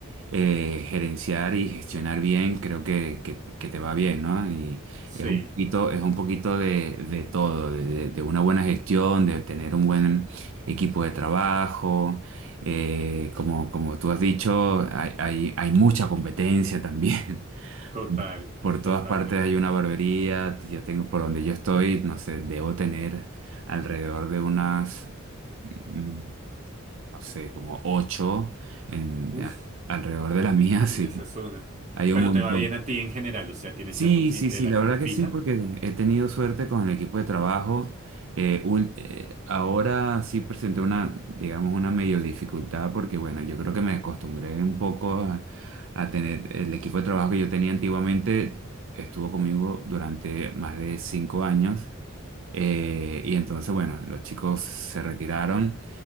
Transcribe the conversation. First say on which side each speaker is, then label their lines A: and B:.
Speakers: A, on the right (about 65°); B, on the right (about 35°).
A: eh, gerenciar y gestionar bien, creo que, que, que te va bien, ¿no? Y
B: Sí,
A: es un poquito, es un poquito de, de todo, de, de- de una buena gestión, de tener un buen equipo de trabajo, eh, como, como tú has dicho, hay, hay, hay mucha competencia también. <laughs>
B: total,
A: Por todas
B: totalmente.
A: partes hay una barbería. Yo tengo, por donde yo estoy, no sé, debo tener alrededor de unas, mm, no sé, como ocho en,
B: Uf.
A: a- alrededor de la <laughs> mía, sí.
B: en esa zona.
A: Hay
B: Pero
A: un montón.
B: te va bien a ti en general, o sea, tienes
A: Sí,
B: ya tu clientela
A: sí, sí, la
B: como
A: verdad
B: fija.
A: que sí, porque he tenido suerte con el equipo de trabajo. Eh, ul- eh, ahora sí presenté una, digamos, una medio dificultad porque, bueno, yo creo
B: Ujú.
A: que me acostumbré un poco a, a tener el equipo de trabajo que yo tenía antiguamente, estuvo conmigo durante más de cinco años eh, y entonces, bueno, los chicos se retiraron